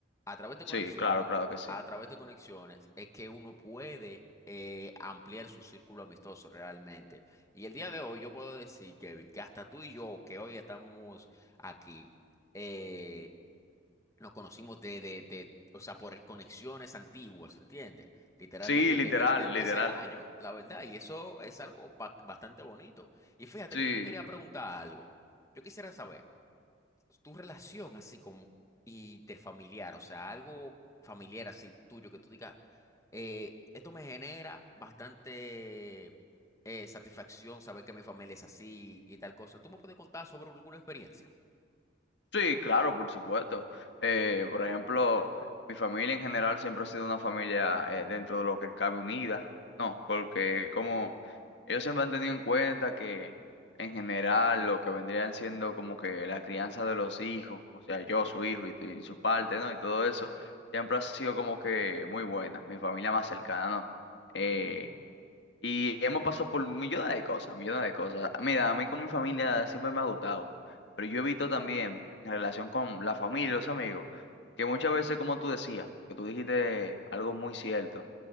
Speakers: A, on the left (about 15°); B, on the left (about 65°).
A: a través de
B: Sí,
A: conexiones,
B: claro, claro que sí.
A: a través de conexiones es que uno puede eh, ampliar su círculo amistoso realmente. Y el día de hoy yo puedo decir Kevin, que hasta tú y yo, que hoy estamos aquí, eh, nos conocimos de, de, de, o sea, por conexiones antiguas, ¿entiendes? Literalmente
B: Sí, literal,
A: que vienen desde
B: literal.
A: hace años, la verdad, y eso es algo ba- bastante bonito. Y fíjate
B: Sí.
A: que yo te quería preguntar algo. Yo quisiera saber tu relación así como interfamiliar, o sea, algo familiar así tuyo que tú digas, eh, esto me genera bastante eh, satisfacción saber que mi familia es así y tal cosa. ¿Tú me puedes contar sobre alguna experiencia?
B: Sí, claro, por supuesto. Eh, por ejemplo, mi familia en general siempre ha sido una familia eh, dentro de lo que cabe unida, ¿no? Porque como ellos siempre han tenido en cuenta que en general lo que vendrían siendo como que la crianza de los hijos, o sea, yo, su hijo y, y su parte, ¿no? Y todo eso, siempre ha sido como que muy buena, mi familia más cercana, ¿no? Eh, y hemos pasado por millones de cosas, millones de cosas. Mira, a mí con mi familia siempre me ha gustado, pero yo he visto también en relación con la familia y los amigos, que muchas veces, como tú decías, que tú dijiste algo muy cierto,